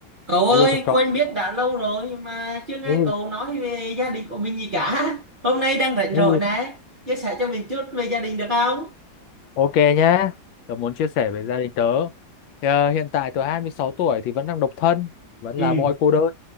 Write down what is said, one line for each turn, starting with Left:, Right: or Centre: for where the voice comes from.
Right: Cậu ơi,
Left: Hello chào cậu.
Right: quen biết đã lâu rồi mà chưa nghe
Left: ừ
Right: cậu nói về gia đình của mình gì cả. Hôm nay đang rảnh
Left: ừ
Right: rỗi nè, chia sẻ cho mình chút về gia đình được không?
Left: Ok nhá. Tớ muốn chia sẻ về gia đình tớ. ờ, hiện tại tớ 26 tuổi thì vẫn đang độc thân, vẫn
Right: ừ
Left: là boy cô đơn.